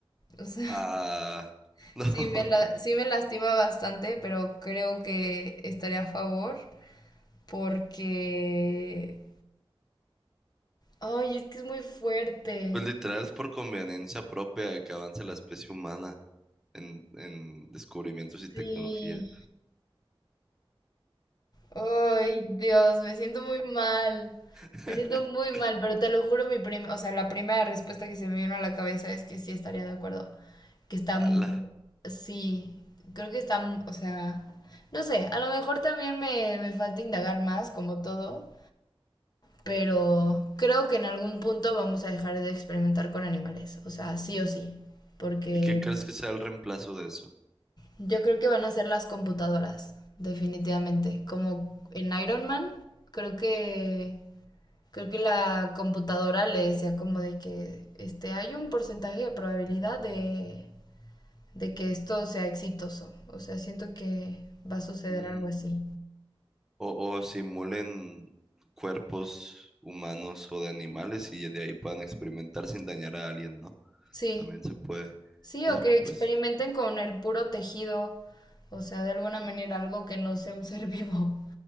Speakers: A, on the left; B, in the centre.
A: O sea,
B: Ah,
A: <laughs>
B: <laughs>
A: sí me la,
B: no.
A: sí me lastima bastante, pero creo que estaría a favor. porque... Ay, es que es muy fuerte.
B: Pues literal es por conveniencia propia de que avance la especie humana en, en descubrimientos y
A: Sí.
B: tecnología.
A: Ay, Dios, me siento muy mal.
B: <laughs>
A: Me siento muy mal, pero te lo juro, mi prim... o sea, la primera respuesta que se me vino a la cabeza es que sí estaría de acuerdo. Que está mu-
B: Ala.
A: Sí, creo que está, mu- o sea, no sé, a lo mejor también me, me falta indagar más, como todo, pero creo que en algún punto vamos a dejar de experimentar con animales, o sea, sí o sí, porque
B: ¿Y qué crees que sea el reemplazo de eso?
A: Yo creo que van a ser las computadoras, definitivamente. Como en Iron Man, creo que creo que la computadora le decía como de que este hay un porcentaje de probabilidad de, de que esto sea exitoso. O sea, siento que va a suceder
B: Mm,
A: algo así.
B: O, o simulen cuerpos humanos o de animales y de ahí puedan experimentar sin dañar a alguien, ¿no?
A: Sí,
B: También se puede.
A: sí,
B: O
A: o
B: sea,
A: que experimenten
B: pues
A: con el puro tejido, o sea, de alguna manera algo que no sea un ser vivo.